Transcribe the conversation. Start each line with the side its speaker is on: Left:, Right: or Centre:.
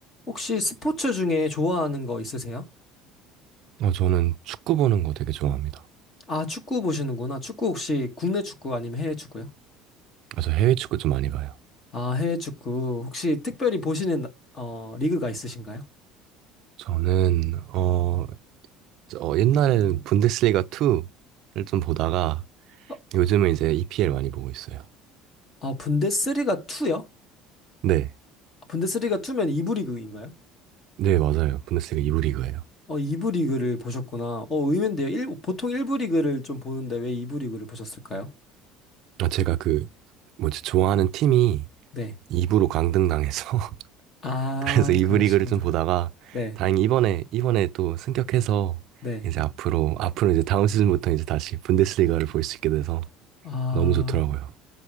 Left: 혹시 스포츠 중에 좋아하는 거 있으세요?
Right: 어, 저는 축구 보는 거 되게 좋아합니다.
Left: 아, 축구 보시는구나. 축구 혹시 국내 축구 아니면 해외 축구요?
Right: 아, 저 해외 축구 좀 많이 봐요.
Left: 아, 해외 축구. 혹시 특별히 보시는 어, 리그가 있으신가요?
Right: 저는 어, 어, 옛날에는 분데스리가 2를 좀 보다가
Left: 어,
Right: 요즘은 이제 EPL 많이 보고 있어요.
Left: 아, 분데스리가 2요?
Right: 네,
Left: 분데스리가 2면 2부 리그인가요?
Right: 네 맞아요. 분데스리가 2부 리그예요.
Left: 어, 2부 리그를 보셨구나. 어, 의외인데요. 일- 보통 1부 리그를 좀 보는데 왜 2부 리그를 보셨을까요?
Right: 아, 제가 그 뭐지 좋아하는 팀이
Left: 네.
Right: 2부로 강등당해서 <laughs>
Left: 아,
Right: 그래서 2부
Left: 그러시구나.
Right: 리그를 좀 보다가
Left: 네.
Right: 다행히 이번에 이번에 또 승격해서
Left: 네.
Right: 이제 앞으로 앞으로 이제 다음 시즌부터 이제 다시 분데스리가를 볼 수 있게 돼서
Left: 아,
Right: 너무 좋더라고요.